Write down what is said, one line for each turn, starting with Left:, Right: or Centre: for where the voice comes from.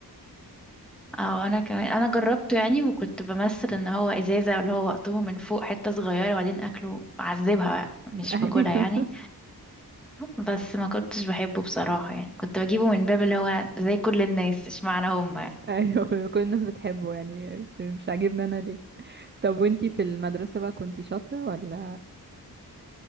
Centre: اه أنا كمان أنا جربته يعني وكنت بمثل إن هو إزازة اللي هو وقته من فوق حتة صغيرة وبعدين أكله أعذبها بقى مش
Right: أيوة
Centre: باكلها يعني بس ما كنتش بحبه بصراحة يعني كنت بجيبه من باب اللي هو زي كل الناس اشمعنى هم
Right: أيوة كل الناس بتحبه يعني مش مش عاجبني أنا ليه طب وانتي في المدرسة بقى كنتي شاطرة ولا